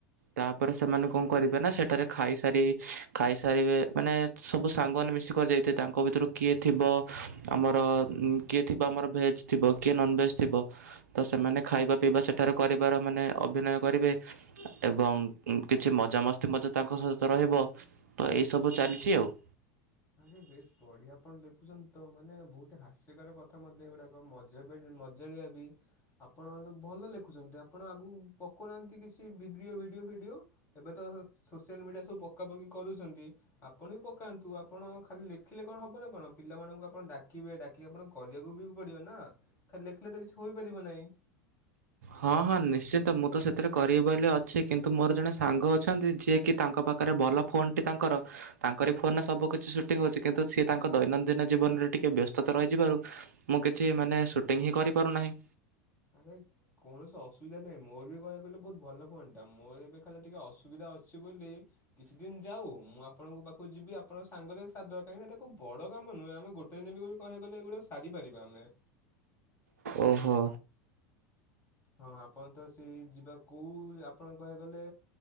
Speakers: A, on the right; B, on the left.
A: ତାପରେ ସେମାନେ କଣ କରିବେ ନା ସେଠାରେ ଖାଇସାରି ଖାଇସାରିବେ। ମାନେ ସବୁ ସାଙ୍ଗମାନେ ମିଶିକରି ଯାଇଥିବେ। ତାଙ୍କ ଭିତରୁ କିଏ ଥିବ ଆମର ଉଁ କିଏ ଥିବ ଆମର ଭେଜ୍ ଥିବ କିଏ ନନଭେଜ ଥିବ ତ ସେମାନେ ଖାଇବା ପିଇବା ସେଠାରେ କରିବାର ମାନେ ଅଭିନୟ କରିବେ। ଏବଂ କିଛି ମଜାମସ୍ତି ମଧ୍ୟ ତାଙ୍କ ସହିତ ରହିବ ତ ଏଇ ସବୁ ଚାଲିଛି ଆଉ।
B: ଆରେ ବେଶ ବଢିଆ ଆପଣ ଦେଖୁଛନ୍ତି ତ ମାନେ ବହୁତ ହାସ୍ୟକର କଥା ମଧ୍ୟ ଏଗୁଡାକ ଏବଂ ମଜା ବ ମଜାଳିଆ ବି। ଆପଣ ତ ଭଲ ଲେଖୁଛନ୍ତି, ଆପଣ ଆଗକୁ ପକାଉନାହାଁନ୍ତି କିଛି ଭିଡ଼ିଓ ଭିଡ଼ିଓ ଫିଡ଼ିଓ? ଏବେ ତ ସୋସିଆଲ ମିଡିଆ ସବୁ ପକା ପକି କରୁଛନ୍ତି ଆପଣ ବି ପକାନ୍ତୁ। ଆପଣ ଖାଲି ଲେଖିଲେ କଣ ହବ ନା କଣ ପିଲାମାନଙ୍କୁ ଆପଣ ଡାକିବେ ଡାକିକି ଆପଣ କରିବାକୁ ବି ପଡିବ ନା? ଖାଲି ଲେଖିଲେ ତ କିଛି ହୋଇପାରିବ ନାହିଁ?
A: ହଁ ହଁ ନିଶ୍ଚନ୍ତ ମୁଁ ତ ସେଥିରେ କରିବି ବୋଲି ଅଛି କିନ୍ତୁ ମୋର ଜଣେ ସାଙ୍ଗ ଅଛନ୍ତି ଯିଏ କି ତାଙ୍କ ପାଖରେ ପାରେ ଭଲ ଫୋନ୍ଟି ତାଙ୍କର ତାଙ୍କର ଫୋନ ରେ ସବୁ କିିଛି ସୁଟିଂ ହଉଛି କିନ୍ତୁ ସିଏ ତାଙ୍କ ଦୈନନ୍ଦିନ ଜୀବନରେ ଟିକେ ବ୍ୟସ୍ତତା ରହିଯିବାରୁ ମୁଁ କିଛି ମାନେ ସୁଟିଂ ହିଁ କରିପାରୁନାହିଁ।
B: ଆରେ କୌଣସି ଅସୁବିଧା ନାହିଁ ମୋର ବି କହିବାକୁହଲେ ବହୁତ ଭଲ ଫୋନ ଟା ମୋର ଏବେ ଖାଲି ଟିକେ ଅସୁବିଧା ଅଛି ବୋଲି କିଛି ଦିନ ଯାଉ ମୁଁ ଆପଣଙ୍କ ପାଖକୁ ଯିବି ଆପଣଙ୍କ ସାଙ୍ଗରେ କାହିଁକି ତାକୁ ବଡ କାମ ନୁହେଁ ଆମେ ଗୋଟେ ବି ବୋଲି କହିବା ଗଲେ ଏଗୁଡ଼ା ସାରିପାରିବା ଆମେ।
A: ଓହୋ
B: ହଁ ଆପଣ ତ ସେଇ ଯିବା କୋଉ ଆପଣ କହିବାକୁ ଗଲେ